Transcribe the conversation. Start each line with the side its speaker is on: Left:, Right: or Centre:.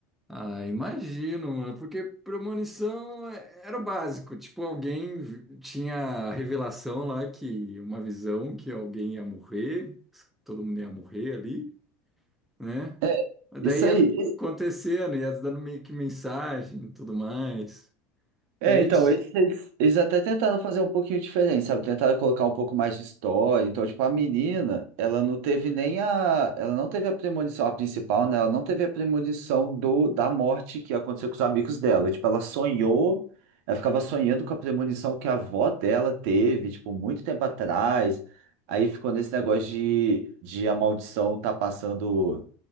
Centre: Ah, imagino, mano, porque premonição é- era o básico. Tipo, alguém vi- tinha a revelação lá que uma visão que alguém ia morrer, todo mundo ia morrer ali. né?
Right: é Isso
Centre: Daí ia
Right: aí.
Centre: acontecendo, ia dando meio que mensagem e tudo mais.
Right: É,
Centre: Aí,
Right: então,
Centre: t-
Right: eles, eles eles até tentaram fazer um pouquinho diferente, sabe? Tentaram colocar um pouco mais de história. Então, tipo, a menina, ela não teve nem a. Ela não teve a premonição, a principal, né? Ela não teve a premonição do, da morte que aconteceu com os amigos dela. Tipo, ela sonhou, ela ficava sonhando com a premonição que a avó dela teve, tipo, muito tempo atrás. Aí ficou nesse negócio de, de a maldição tá passando